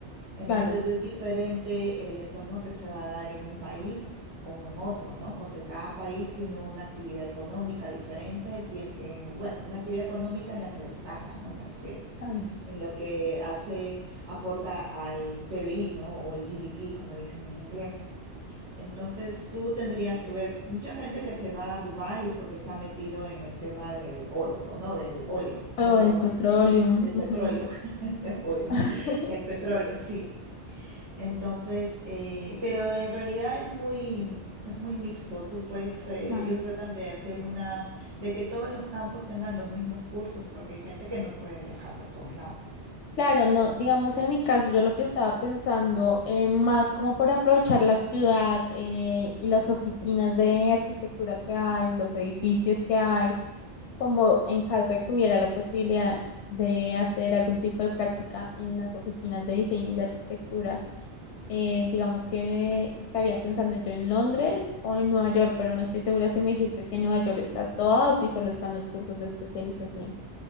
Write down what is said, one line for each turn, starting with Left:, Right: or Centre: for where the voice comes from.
Right: Entonces
Left: Claro,
Right: es diferente el entorno que se va a dar en un país como en otro, ¿no? Porque cada país tiene una actividad económica diferente, tiene, eh, bueno, una actividad económica en la que destaca, ¿no? Me refiero.
Left: claro.
Right: En lo que hace, aporta al PBI, ¿no? O el GDP, como le dicen en inglés. Entonces tú tendrías que ver, mucha gente que se va a Dubái es porque está metido en el tema del oro, o no, del óleo,
Left: O
Right: no,
Left: del
Right: perdón,
Left: petróleo.
Right: del
Left: ujú.
Right: petróleo, <laughs> del óleo,
Left: <laughs>
Right: del petróleo, sí. Entonces, eh, pero en realidad es muy, es muy mixto. Tú puedes, eh,
Left: Claro.
Right: ellos tratan de hacer una, de que todos los campos tengan los mismos cursos, porque hay gente que no puede viajar por todos lados.
Left: Claro, no, digamos en mi caso, yo lo que estaba pensando eh, más como por aprovechar la ciudad eh, y las oficinas de arquitectura que hay, los edificios que hay, como en caso de que hubiera la posibilidad de hacer algún tipo de práctica en las oficinas de diseño y de arquitectura, eh, digamos que me estaría pensando yo en Londres o en Nueva York, pero no estoy segura si me dijiste si en Nueva York está toda o si solo están los cursos de especialización.